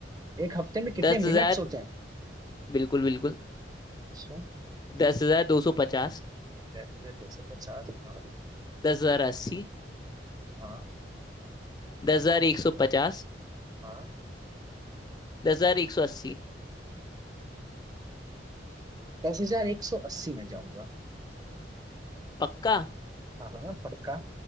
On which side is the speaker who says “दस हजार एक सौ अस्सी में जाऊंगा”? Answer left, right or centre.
Right